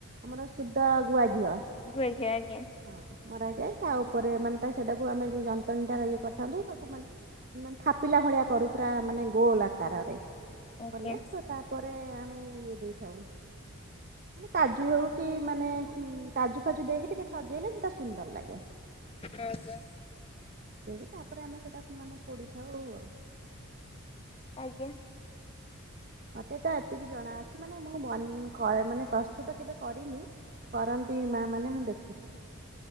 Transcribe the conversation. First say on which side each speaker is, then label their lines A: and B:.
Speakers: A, on the right; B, on the left.
A: ଆମର ଶୁଦ୍ଧ ଗୁଆ ଘିଅ।
B: ଗୁଆଘିଅ ଆଜ୍ଞା
A: ହଁ ମରା ଯାଏ ତା ଉପରେ ମାନେ ତା ସେଟାକୁ ଆମେ ଯୋଉ ଯନ୍ତୁଆଣ ଇଏ କରିଥାନ୍ତୁ ତାକୁ ମାନେ ମାନେ ଥାପିଲା ଭଳିଆ କରୁ ପୁରା ମାନେ ଗୋଲ ଆକାରରେ
B: ଆଜ୍ଞା
A: କଲେ ତ ତାପରେ ଆମେ ଇଏ ଦେଇଥାଉ। ମାନେ କାଜୁ ହୋଉ କି ମାନେ ଉ କାଜୁ ଫାଜୁ ଦେଇକି ଟିକେ ସଜେଇଲେ ସେଇଟା ସୁନ୍ଦର ଲାଗେ।
B: ଆଚ୍ଛା।
A: ଦେଇକି ତାପରେ ଆମେ ସେଇଟା ମାନେ ପଡ଼ିଥାଉ ଆଉ
B: ଆଜ୍ଞା
A: ମତେ ତ ଏତିକି ଜଣାଅଛି ମାନେ ମୁଁ ମାନେ ପ୍ରସ୍ତୁତ କେବେ କରିନି କରନ୍ତି ମା ମାନେ ମୁଁ ଦେଖିଛି